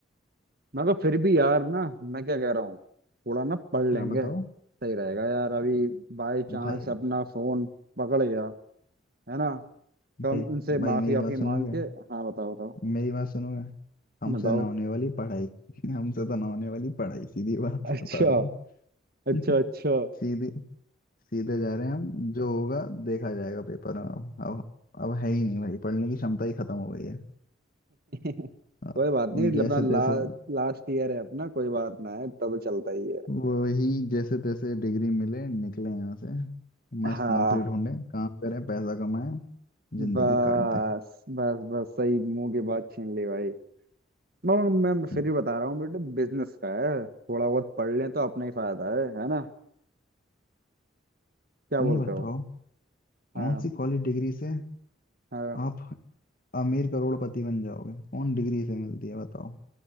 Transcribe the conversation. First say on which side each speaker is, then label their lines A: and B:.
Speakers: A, on the right; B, on the left.
A: मैं कहा फिर भी यार ना मैं क्या कह रहा हूँ थोड़ा ना पढ़ लेंगे
B: हाँ बताओ
A: सही रहेगा यार अभी बाय चांस
B: भाई
A: अपना फोन पकड़ गया है ना
B: भाई
A: कम उनसे
B: भाई
A: माफी
B: मेरी बात
A: आफी
B: सुनोगे
A: मांग के हाँ बताओ बताओ
B: मेरी बात सुनोगे हमसे
A: बताओ
B: ना होने वाली पढ़ाई <laughs> हमसे तो ना होने वाली पढ़ाई सीधी बात
A: अच्छा
B: बता रहा हूँ
A: अच्छा
B: <laughs>
A: अच्छा
B: सीधे सीधे जा रहे हैं हम जो होगा देखा जाएगा पेपर में अब अब अब है ही नहीं भाई पढ़ने की क्षमता ही खत्म हो गई है
A: <laughs>
B: अ,
A: कोई बात नहीं
B: जैसे
A: अपना ला,
B: तैसे
A: लास्ट ईयर है अपना कोई बात ना है तब चलता ही है
B: वही जैसे तैसे डिग्री मिले निकले यहाँ से मस्त
A: हाँ
B: नौकरी ढूंढे काम करें पैसा कमाएं जिंदगी
A: बस
B: काट दें
A: बस बस सही मुंह की बात छीन ली भाई मैं मैं
B: हम्म,
A: फिर भी बता रहा हूँ बेटे बिजनेस का है थोड़ा बहुत पढ़ लें तो अपना ही फायदा है है ना क्या बोलते
B: ये बताओ
A: हो हाँ
B: कौन सी कॉलेज डिग्री से
A: हाँ
B: आप अमीर करोड़पति बन जाओगे कौन डिग्री से मिलती है बताओ